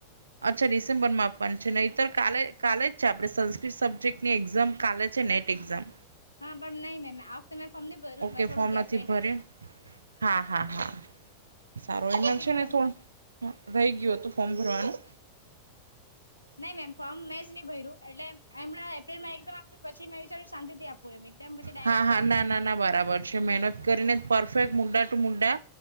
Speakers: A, on the right; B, on the left.
A: અચ્છા ડિસેમ્બરમાં આપવાની છે નહીતર કા કાલે જ છે આપણે સંસ્કૃત સબ્જેક્ટ ની એક્ઝામ કાલે જ નેટ એક્ઝામ
B: હા પણ નહી મેમ આ હફતે મેં ફોમ ન ભર્યું
A: ઓકે
B: મેં થોડું
A: ફોર્મ
B: ગેપ
A: નથી
B: લઈને
A: ભર્યું હા હા હા સારો એમલ
B: કેમ કે
A: છે
B: મારે
A: ને થોડ રહી ગયું હતું ફોર્મ ભરવાનું
B: નહી મેમ ફોર્મ મે જ નહ ભય્યું એટલે એમણાં એપ્રિલમાં એકઝામ આપ્યું પછી મેં વિચારું શાંતિ થી આપું એમ એકદમ પછી ડાયરેક્ટલી
A: હા હા
B: એમ
A: ના નાના બરાબર છે મહેનત કરીને પરફેક્ટ મુડા ટુ મુડા